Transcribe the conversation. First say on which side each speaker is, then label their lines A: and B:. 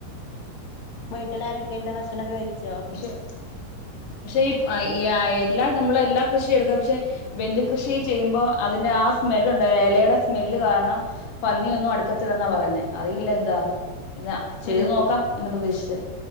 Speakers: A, on the left (about 55°); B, on the left (about 80°).
A: വീട്ടിലര് ണ്ട് ഭക്ഷണക്കെ കഴിച്ചോ
B: പക്ഷെ പക്ഷെ ഈ ആ, ഈ എല്ലാ നമ്മള എല്ലാ കൃഷി എടുക്കും പക്ഷെ ബെന്ന്ദി കൃഷി ചെയ്യുമ്പോ അതിന്റെ ആ സ്മെല്ണ്ട് ഇലയുടെ സ്മെല്ല് കാരണം പന്നിയൊന്നും അടുക്കത്തില്ലെന്നാ പറയുന്നേ അറിയില്ല എന്താന്ന് എന്നാ ചെയ്തു
A: ഉം
B: നോക്കാം എന്ന് പ്രതീക്ഷിച്ച്